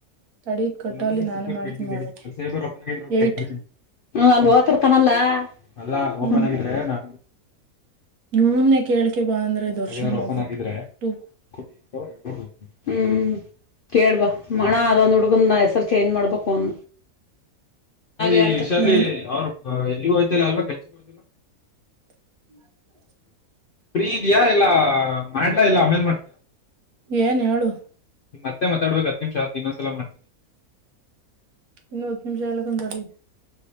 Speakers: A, on the right; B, on the left.
A: ತಡಿ ಕಟ್ಟಲ್ಲಿ
B: ಎಲ್ಲ
A: ನಾನೇ
B: ಸಿಕ್ಕರ್
A: ಮಾಡ್ತೀನಿ
B: ಕೇಳ್ತೀನಿ ತಡಿ
A: ನೋಡಕ್ಕೆ
B: ಸೈಬರ್ ರೊಕ್ಕ ಇದ್ದರ ಕೇಳ್ಕೋತೀನಿ
A: ಏಟ್
B: ಹ್ಮ ಅಲ್ಲಿ ಓತಿರ್ತಾನಲ್ಲ ಅಲ್ಲಾ
A: ಹ್ಮ್
B: ಓಪನ್ ಆಗಿದ್ದರೆ ನಾ...
A: ಇವನ್ನೇ ಕೇಳ್ಕೆ ಬಾ ಅಂದ್ರೆ ದರ್ಶನ್
B: ಅದೇನಾದರೂ ಓಪನ್
A: ಒಬ್ಬ
B: ಆಗಿದ್ರೆ
A: ಟು
B: ಕುಡಿ ಅಂತಳ್ಡ್ಬ <inaudible> ಹ್ಮ್ ಕೇಳ್ಬಾ ಮಣ ಅದೊಂದು ಹುಡ್ಗನ ಹೆಸರು ಚೇಂಜ್ ಮಾಡ್ಬೇಕು ಒಂ.. ಏ ಶಾಲಿನಿ
A: ನೈನ್
B: ಅವರು ಎಲ್ಲಿಗೂ ಹೋಯಿತ್ತಿಲ್ಲ ಅಲ್ವಾ ಕೆಲ್ಸಕ್ಕೆ.,.
A: ಹ್ಮ್ <inaudible>
B: ಫ್ರೀ ಇದೀಯಾ ಇಲ್ಲಾ ಮಾಡ್ಲಾ ಇಲ್ಲ ಆಮೇಲ ಮಾಡ...
A: ಏನ್ ಹೇಳು
B: ಮತ್ತೆ ಮಾತಾಡಬೇಕು ಹತ್ತ ನಿಮಿಷ ಅದಕ ಇನ್ನೊಂದ ಸಲಾ ಮಾಡ್ತೀನಿ
A: ಇನ್ನು ಹತ್ತ ನಿಮಿಷಾ ಇರಲಾಕತ್ತಾರ ರೀ